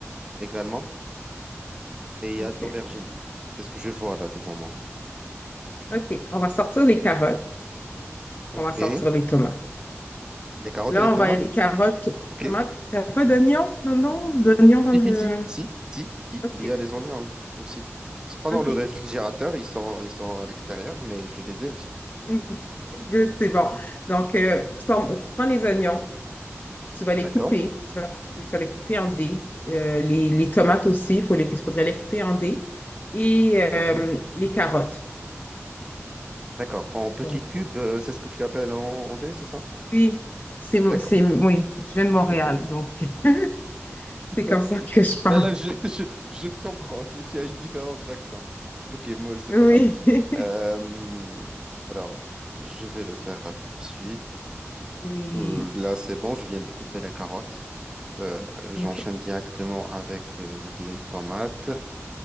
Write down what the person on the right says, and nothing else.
également. Et il y
a de l'aubergine. C'est ce que je vois là devant moi.
Ok.
Des carottes
et les tomates?
Ok.
<laughs>
Si, si, si, si, si, si,
il y a les oignons, oui, aussi. C'est pas
dans le réfrigérateur, ils sont, ils sont à l'extérieur, mais je les ai aussi.
D'accord.
Mhm.
D'accord. En petit
cube, euh, c'est ce que tu appelles en, en dé, c'est ça?
D'accord.
Ok.
Ok.
Ben là, je, je, je comprends. Il y a une différence d'accent. Ok, moi, c'est
pas grave.
Euh, alors, je vais le faire là tout de suite.
Euh, là, c'est bon, je viens de couper la carotte. Euh, j'enchaîne
directement avec euh, les tomates.